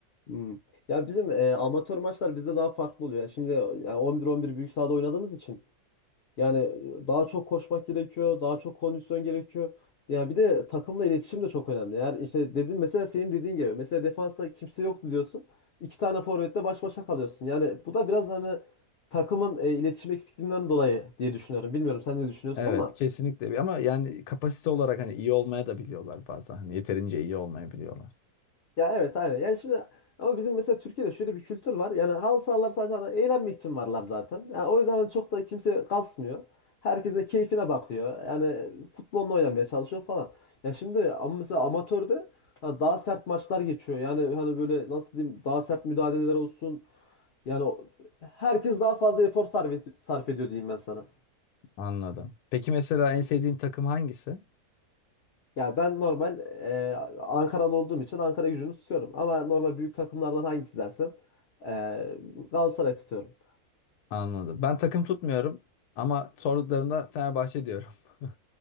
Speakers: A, on the left; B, on the left.
A: Hmm. Ya bizim e, amatör maçlar bizde daha farklı oluyor. Yani Şimdi e, 11-11 büyük sahada oynadığımız için Yani daha çok koşmak gerekiyor, daha çok kondisyon gerekiyor. Ya bir de takımla iletişim de çok önemli. Eğer işte dedin mesela senin dediğin gibi mesela defansta kimse yoktu diyorsun. İki tane forvetle baş başa kalıyorsun. Yani bu da biraz hani takımın e, iletişim eksikliğinden dolayı diye düşünüyorum. Bilmiyorum sen ne düşünüyorsun
B: Evet,
A: ama
B: kesinlikle. Ama yani kapasite olarak hani iyi olmaya da biliyorlar bazen. Hani yeterince iyi olmayabiliyorlar.
A: Ya evet aynen. Yani şimdi ama bizim mesela Türkiye'de şöyle bir kültür var. Yani halı sahalar sadece hani eğlenmek için varlar zaten. Yani o yüzden hani çok da kimse kasmıyor. Herkese keyfine bakıyor. Yani futbolunu oynamaya çalışıyor falan. Ya şimdi ama mesela amatörde hani daha sert maçlar geçiyor. Yani hani böyle nasıl diyeyim daha sert müdahaleler olsun. Yani o- herkes daha fazla efor sarf, sarf ediyor diyeyim ben sana.
B: Anladım. Peki mesela en sevdiğin takım hangisi?
A: Ya ben normal e, Ankaralı olduğum için Ankara gücünü tutuyorum. Ama normal büyük takımlardan hangisi dersen e, Galatasaray tutuyorum.
B: Anladım. Ben takım tutmuyorum ama sorduklarında Fenerbahçe diyorum. <laughs>